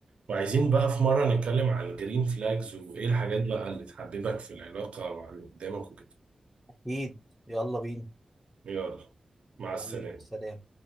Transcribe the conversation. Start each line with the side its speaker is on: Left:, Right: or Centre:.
Right: وعايزين بقى في مره نتكلم عن الجرين فلاجز وايه الحاجات بقى اللي تحببك في العلاقه مع اللي قدامك وكده
Centre: اكيد يلا بينا
Right: يلا مع السلامه
Centre: حبيبي سلام